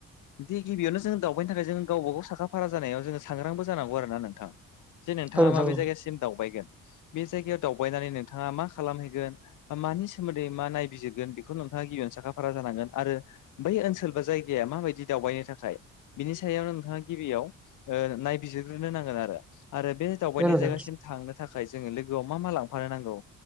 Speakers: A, on the left (about 85°); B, in the centre.
A: बिदि गिबियावनो जों दाव बेनि थाखाय जों गावबागाव साखा फारा जानायाव जोंसांग्रांबो जानांगौ आरो ना नोंथां। जे नोंथाङा
B: औ नोंथां
A: माबे
B: औ
A: जायगासिम दावबायगोन। बे जायगायाव दावबायनानै नोंथाङा मा खालामहैगोन? मानि सोमोन्दै मा नायबिजिरगोन बेखौ नोंथाङा गिबियावनो साखाफारा जानांगोन आरो बै ओनसोल बा जायगाया माबायदि दावबायनो थाखाय बिनि सायाव नोंथाङा गिबियाव नायबिजिरग्रोनो नांगोन आरो आरो बे दावबायनाय
B: औ नोंथां
A: जायगासिम थांनो थाखाय जोङो लोगोआव मा मा लांफानो नांगौ